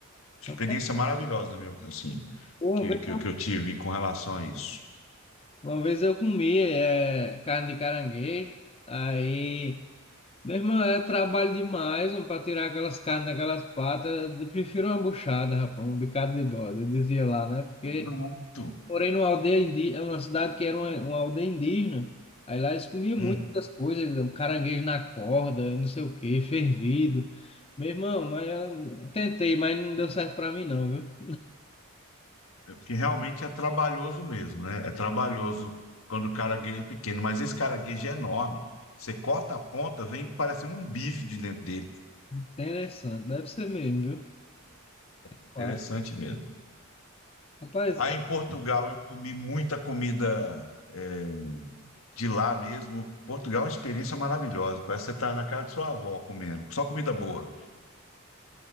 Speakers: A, on the left; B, on the left.
A: Experiência
B: Rapaz,
A: maravilhosa, meu, assim,
B: Uma
A: que,
B: vez
A: que,
B: eu,
A: eu- que eu tive com relação a isso.
B: uma vez eu comi é, carne de caranguejo. Aí, meu irmão, é trabalho demais para tirar aquelas carnes daquelas patas. Eu prefiro uma buchada, rapaz, um bicado de bode. Eu dizia lá, né? Porque.
A: Exato.
B: Morei numa aldeia indígena, uma cidade que era uma, uma aldeia indígena. Aí lá eles comiam
A: Hum,
B: muitas coisas, caranguejo na corda, e não sei o que fervido. Meu irmão, mas eu tentei, mas não deu certo pra mim não, viu?
A: é porque realmente é trabalhoso mesmo, né? É trabalhoso quando o caraguejo é pequeno, mas esse caraguejo é enorme. Você corta a ponta, vem parecendo um bife de dentro dele.
B: Interessante, deve ser mesmo, viu?
A: Interessante
B: Claro.
A: mesmo.
B: Rapaz,
A: Aí
B: eh,
A: em Portugal eu comi muita comida é, de lá mesmo. Portugal é uma experiência maravilhosa. Parece que você está na casa de sua avó comendo. Só comida boa.